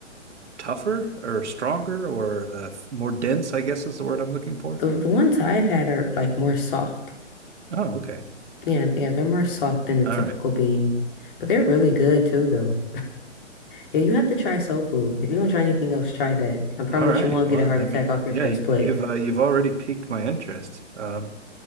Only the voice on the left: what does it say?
The the ones I've had are like more soft.
Yeah, yeah, they're more soft than a typical
bean, but they're really good too, though. Yeah, you have to try soul food. If you don't try anything else, try that. I promise
you won't
get a heart
attack
off your
first
plate.